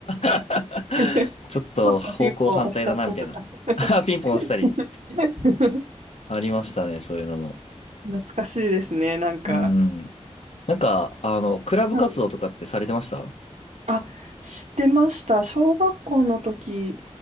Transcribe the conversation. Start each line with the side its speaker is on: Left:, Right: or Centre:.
Left: <laughs>
Right: <laughs>
Left: ちょっと方向反対だな、
Right: ちょっとピンポン押しちゃったとか。
Left: みたいな。<laughs> ピンポン押したり。
Right: <laughs>
Left: ありましたね、そういうのも。
Right: 懐かしいですね、なんか。
Left: うん。なんか、あの、クラブ活動とかってされてました
Right: はいあ、知ってました。小学校の時、